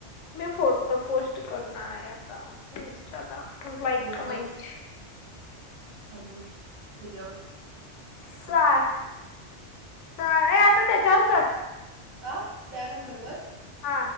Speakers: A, on the left; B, on the right.
A: मी फोटो पोस्ट करणार आहे आता इस्ट च लाइक
B: बोंबल
A: कमेंट
B: अजून हच्यावर
A: सय स आता त्याच्यावर कर
B: ह त्या नंबरवरर
A: हा